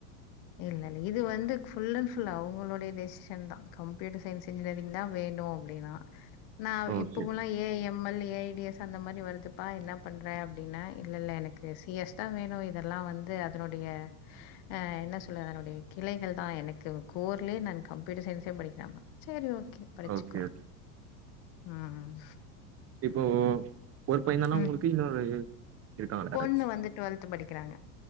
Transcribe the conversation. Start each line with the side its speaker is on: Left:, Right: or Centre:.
Left: இல்ல இல்ல இது வந்து ஃபுல் அண் ஃபுல் அவுங்களுடய டெசிஷன்தா கம்ப்யூட்டர் சயன்ஸ் இன்ஜினிய ரிங் தா வேணு அப்டினா நா
Right: ஓகே
Left: இப்பக்குலா A M L A I D S அந்த மாரி வருதுப்பா என்ன பண்ற அப்டின்ன இல்ல இல்ல எனக்கு சி எஸ்தா வேணு இதெல்லா வந்து இதனுடைய அ என்ன சொ ல்ல அதனுடைய கிளைகள் தா எனக்கு கோர்லே நான் கம்ப்யூட்டர் சயின்ஸே படிக்காம சேரி ஓகே படிச்சுக்கோ
Right: ஓகே
Left: ம் ம்
Right: இப்போ ஒரு பையன் தானா
Left: ம்.
Right: உங்களுக்கு இன்னொரு இருக்காங்களா யாராச்சு
Left: பொண்ணு வந்து டுவெல்த்து படிக்கிறாங்க